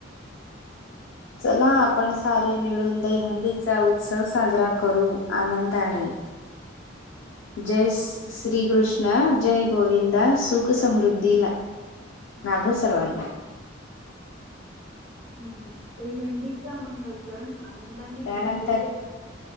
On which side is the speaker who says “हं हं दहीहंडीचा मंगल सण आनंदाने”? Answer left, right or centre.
Right